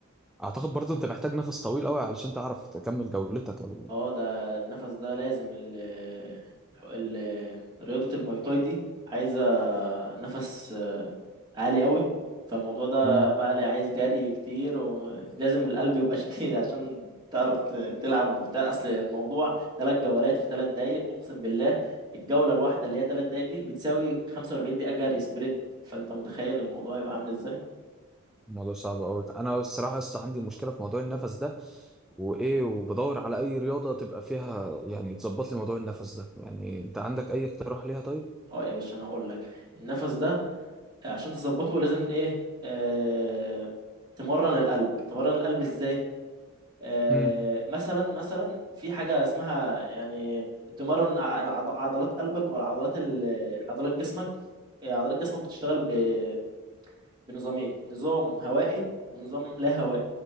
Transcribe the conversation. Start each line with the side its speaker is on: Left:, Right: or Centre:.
Centre: اعتقد برضو انت محتاج نفس طويل قوي علشان تعرف تكمل جولتك او
Right: اه ده النفس ده لازم ال ال- رياضة الماي تاي دي عايزة نفس عالي قوي فالموضوع ده
Centre: امم
Right: بقى لي عايز جري كتير ولازم القلب يبقى <laughs> شديد عشان تعرف ت- تلعب وبتاع اصل الموضوع ثلاث جولات في ثلاث دقايق اقسم بالله الجوله الواحده اللي هي ثلاث دقايق دي بتساوي 45 دقيقه جري سبرنت فانت متخيل الموضوع يبقى عامل ازاي
Centre: الموضوع صعب قوي انا الصراحه لسه عندي مشكله في موضوع النفس ده وايه وبدور على اي رياضه تبقى فيها يعني تظبط لي موضوع النفس ده يعني انت عندك اي اقتراح ليها طيب
Right: اه يا باشا انا هقول لك النفس ده عشان تظبطه لازم ايه آه... تمرن القلب تمرن القلب ازاي آه،
Centre: امم
Right: مثلا مثلا في حاجة اسمها يعني تمرن ع- العض- عضلات قلبك والعضلات ال- عضلات جسمك آه، عضلات جسمك بتشتغل ب- بنظامين نظام هوائي ونظام لا هوائي